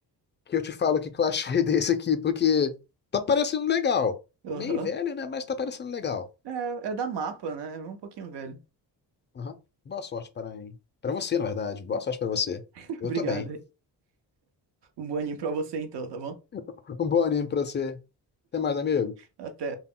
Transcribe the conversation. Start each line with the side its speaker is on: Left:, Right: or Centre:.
Left: que eu te falo o que que eu achei <laughs> desse aqui, porque tá parecendo legal.
Right: Aham.
Left: Meio velho, né? Mas tá parecendo legal.
Right: É, é da Mapa, né? É um pouquinho velho.
Left: Aham. Boa sorte para mim. Para você, na verdade. Boa sorte para você.
Right: <laughs>
Left: Eu
Right: Obrigado
Left: tô bem.
Right: aí. Um bom anime pra você então, tá bom?
Left: <laughs> Um bom anime pra você. Até mais, amigo.
Right: Até.